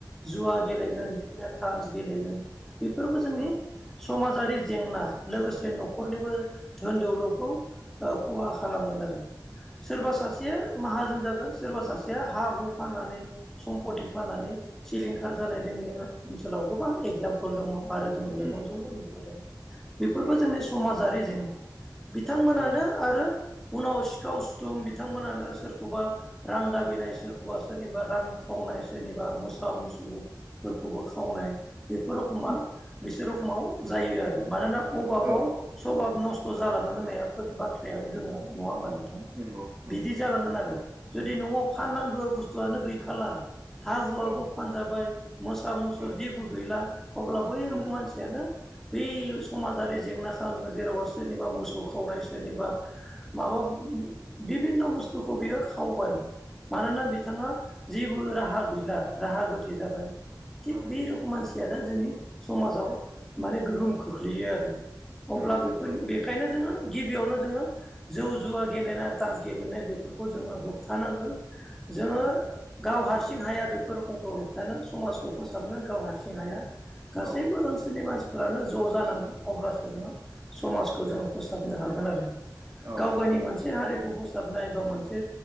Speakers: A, in the centre; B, on the right (about 30°).
A: जुवा गेलेगोन बिदिनो टार्च गेलेगोन बेफोरबो जोंनि
B: औ
A: समाजारि जेंना लोगोसे न'खरनिबो धोन दौलौखौ ओ खहा खालामगोन आरो। सोरबा सासेया माहाजोन जागोन सोरबा सासेया हा हु फाननानै सम्पति फाननानै सिलिंखार जानाय जोंनि ओनसोलाव गोबां एगजामपोल दङ आरो जोङो मेगनजोंबो
B: उम
A: नुबोदों बेफोरबो
B: उम
A: जोंनि समाजारि जेंना बिथांमोनानो
B: उम
A: आरो उनाव सिखाव सिुथुम बिथांमोनानो सोरखौबा रां दाबिनाय सोरखौबा सोरनिबा रां खावनाय सोरनिबा मोसा मुसु खौबो खावनाय बेफोर रखमा
B: उम
A: बिसोर रखमाव जायो आरो मानोना अभाबाव
B: औ औ
A: सभाब नस्थ' जालाङो होननाय बाथ्रायाबो दङ नङा होमबा नोंथां।
B: नंगौ नंगौ
A: बिदि जालांगोन आरो जुदि न'आव फाननांगौ
B: औ
A: बुस्थुआनो गैखाला हा हुवाबो
B: औ
A: फानजाबाय। मोसा मुसुर
B: औ
A: जेबो गैला अब्ला बै
B: उम
A: रखम मानसियानो बै समाजारि
B: उम
A: जेंना खालामो जेरावबा सोरनिबा मोसौ खावनाय सोरनिबा माबा बिभिन्न' बुस्थुखौ बियो खावबाय मानोना
B: औ
A: बिथाङा जेबो राहा गैला राहा गोथे जाबाय। थिग
B: औ
A: बे रोखम मानसियानो जोंनि समाजाव माने गोहोम खोख्लैयो आरो।
B: नंगौ
A: अब्ला बेफोरनि
B: नंगौ
A: बेखायनो जोङो गिबियावनो जोङो जौ जुवा गेलेनाय तास गेलेनाय बेफोरखौ जोङो होबथानांगोन। जोङो
B: औ
A: गाव हारसिं हाया बेफोर रोखोमखौ होबथानो समाजखौ फोसाबनो
B: औ
A: गाव हारसिं हाया गासैबो
B: औ
A: ओनसोलनि मानसि फोरानो ज' जानांगोन अब्लासो जोङो समाजखौ जोङो फोसाबनो हागोन आरो।
B: औ
A: गावगायनि
B: औ
A: मोनसे हारिखौ बोस फोसाबनाय एबा मोनसे